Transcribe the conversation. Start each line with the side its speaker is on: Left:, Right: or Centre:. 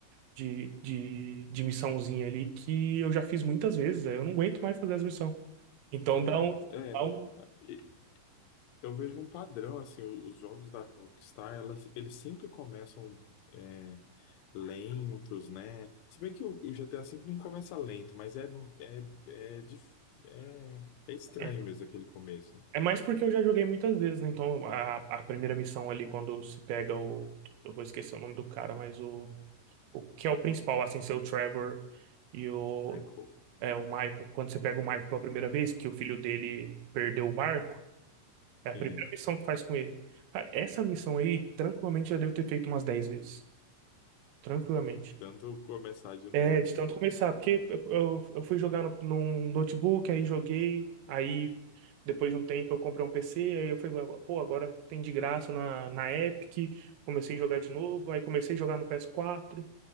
Right: de, de, de missãozinha ali que eu já fiz muitas vezes, aí eu não aguento mais fazer as missões. Então
Left: Mas,
Right: dá um,
Left: é,
Right: dá um-
Left: e- eu vejo um padrão, assim, o- os jogos da Rockstar, elas, eles sempre começam é, lentos, né? Se bem que o, o GTA V não começa lento, mas é, é, é, dif- é, é estranho
Right: é,
Left: mesmo aquele começo. né?
Right: é mais porque eu já joguei muitas vezes, né? Então a, a primeira missão ali, quando se pega o. Eu vou esquecer o nome do cara, mas o, o que é o principal, assim, ser o Trevor e o.
Left: Michael.
Right: É, o Maico, quando você pega o Maico pela primeira vez, que o filho dele perdeu o barco, é a
Left: Sim,
Right: primeira missão que faz com ele. Cara, essa missão aí, tranquilamente, já devo ter feito umas 10 vezes. Tranquilamente.
Left: tanto começar de novo
Right: É, de
Left: o
Right: tanto
Left: jogo.
Right: começar, porque eu, eu fui jogar no, num notebook, aí joguei, aí depois de um tempo eu comprei um PC, aí eu falei, pô, agora tem de graça na, na Epic, comecei a jogar de novo, aí comecei a jogar no PS4,